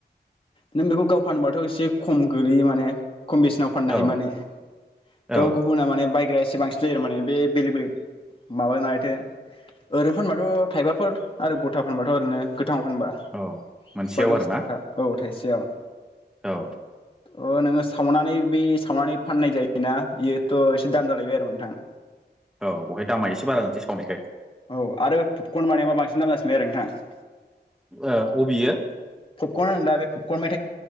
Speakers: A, on the left; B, in the centre.
A: नों बेखौ गाव फानोबाथ' एसे खम गोलैयो माने कमबेसेनाव फाननो हायो
B: औ
A: माने
B: औ
A: थ' गुबुना माने बायग्रा एसे बांसिन जायो माने बे बेलेग बेलेग माबा माथो <unintelligible> ओरैनो फानबाथ' थाइबाफोर आरो गथाफोर फानबाथ' ओरैनो गोथांआव फानबा
B: औ मोनसेयाव
A: बा दस
B: आरो ना
A: थाखा ओ थाइसेयाव
B: औ
A: ओ नोङो सावनानै बि बे सावनानै फाननाय जायोना बेयोथ एसे दाम जालायबाय आरो नोंथां
B: औ बहाय दामा एसे बारा जानोसै सावनायखाय
A: औ आरो फुबकन बानायबा बांसिन दाम जासिनबाय आरो नोंथां।
B: ओ अबेयो
A: फुबकन होनो दा बे फुबकन